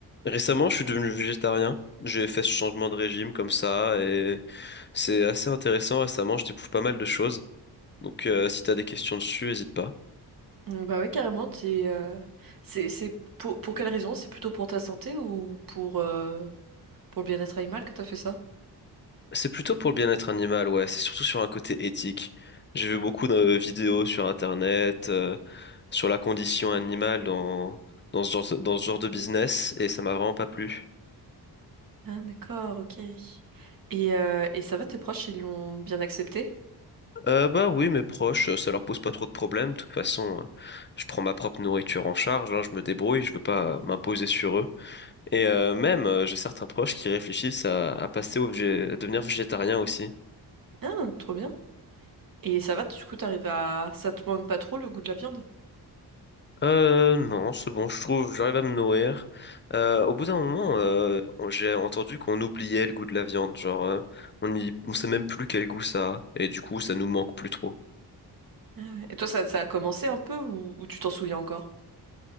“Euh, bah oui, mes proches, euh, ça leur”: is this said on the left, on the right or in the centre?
Left